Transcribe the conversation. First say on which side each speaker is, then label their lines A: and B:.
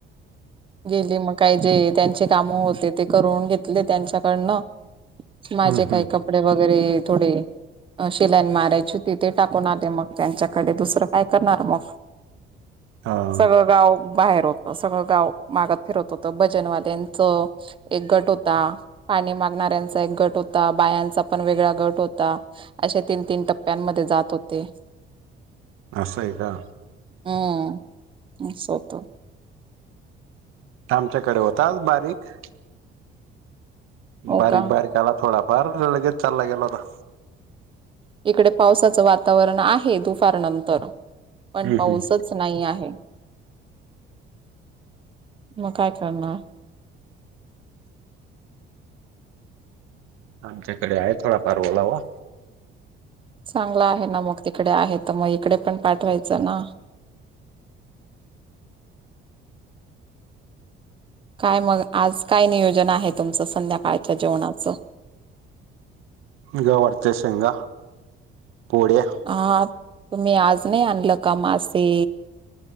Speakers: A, on the right (about 25°); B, on the right (about 80°).
A: गेली मग काही जे त्यांचे कामं होते ते करून घेतले त्यांच्याकडनं माझे
B: हम्म हम्म
A: काही कपडे वगैरे थोडे शिलाईन मारायची तिथे टाकून आले मग त्यांच्याकडे दुसरं काय करणार मग
B: हा
A: सगळं गाव बाहेर होत सगळं गाव मागात फिरत होत भजनवाल्याच एक गट होता पाणी मागणाऱ्यांचा एक गट होता बायांचा पण वेगळा गट होता अशे तीन तीन टप्प्यांमध्ये जात होते
B: असंय का
A: हम्मसत
B: आमच्याकडे होता आज बारीक
A: हो
B: बारीक
A: का
B: बारीक आला थोडाफार लगेच चालला गेल होता
A: इकडे पावसाचं वातावरण आहे दुपारनंतर पण
B: हम्म
A: पाऊसच
B: हम्म
A: नाही आहे मग काय करणार
B: आमच्याकडे आहे थोडाफार ओलावा
A: चांगला आहे ना मग तिकडे आहे तर मग इकडे पण पाठवायचं ना काय मग आज काय नियोजन आहे तुमचं संध्याकाळच्या जेवणाचं
B: गवर्तशंग पोढ्या
A: हा तुम्ही आज नाही आणलं का मासे